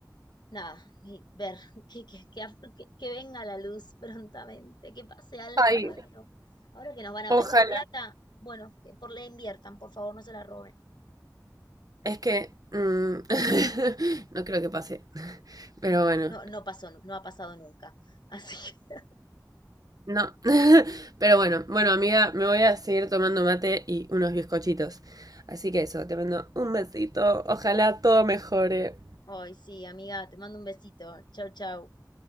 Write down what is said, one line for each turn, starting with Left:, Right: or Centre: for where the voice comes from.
Left: nada, y ver <laughs> que, que, que, af- que- que venga la luz <laughs> prontamente, que pase algo
Right: Ay,
Left: bueno. Ahora que nos van a
Right: ojalá.
Left: prestar plata, bueno, que por la inviertan, por favor, no se la roben.
Right: Es que mm, <laughs> no creo que pase. Pero
Left: No.
Right: bueno,
Left: No, no pasó, no ha pasado nunca. Así que,
Right: no. <laughs> Pero bueno, bueno, amiga, me voy a seguir tomando mate y unos bizcochitos. Así que eso, te mando un besito. Ojalá todo mejore.
Left: <laughs> ay, sí, amiga, te mando un besito. Chau, chau.